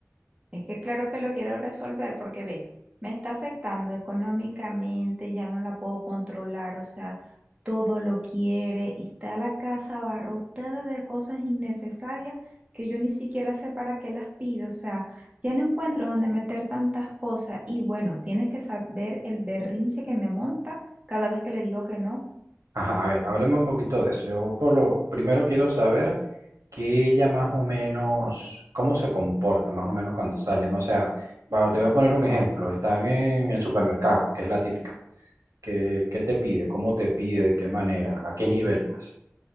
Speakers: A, on the right; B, on the right.
A: Es que claro que lo quiero resolver porque ve, me está afectando económicamente, ya no la puedo controlar, o sea, todo lo quiere y está la casa abarrotada de cosas innecesarias que yo ni siquiera sé para qué las pido, o sea, ya no encuentro dónde meter tantas cosas y bueno, tienes que saber el berrinche que me monta cada vez que le digo que no.
B: Ajá, a ver, háblame un poquito de eso. Yo por lo primero quiero saber. que ella más o menos, cómo se comporta más o menos cuando salen. O sea, va, te voy a poner un ejemplo. Están en el supermercado, que es la típica. ¿Qué, qué te pide? ¿Cómo te pide? ¿De qué manera? ¿A qué nivel, pues?